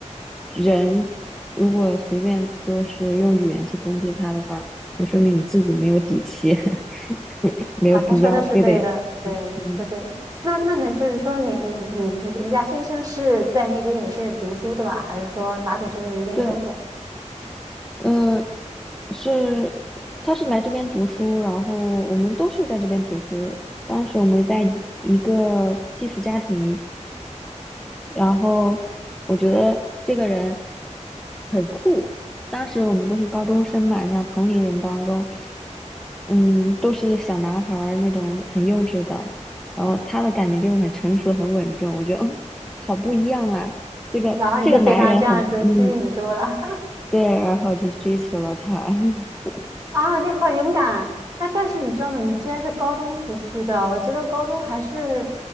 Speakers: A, in the centre; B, on the right.
A: 人如果随便就是用语言去攻击他的话，那说明你自己没有底气，<laughs> 没有必要非得，
B: 啊，他说的是对的，对，
A: 嗯，嗯
B: 是对的。那那呢，就是说你你你你你家先生是在那边也是读书的吧？还是说咋在这边那边生活？
A: 对，呃，是，他是来这边读书，然后我们都是在这边读书的，当时我们在一个寄宿家庭。然后我觉得这个人很酷。当时我们都是高中生嘛，像同龄人当中，嗯，都是小男孩儿那种很幼稚的。然后他的感觉就是很成熟、很稳重，我觉得 <laughs> 哦好不一样啊！这个这个男人很，
B: <laughs> 然后你就被他这样子吸引住了
A: 嗯，对，然后去追求了他。<laughs>
B: <laughs> 啊！你好勇敢啊！哎但是你知道吗？你居然是高中出去的，我觉得高中还是